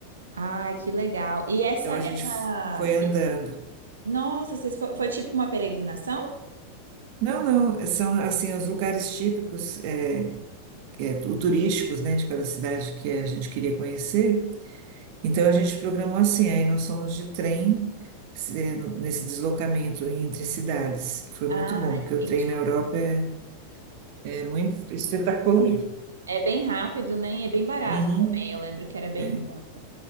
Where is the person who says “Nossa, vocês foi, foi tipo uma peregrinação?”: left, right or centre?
Right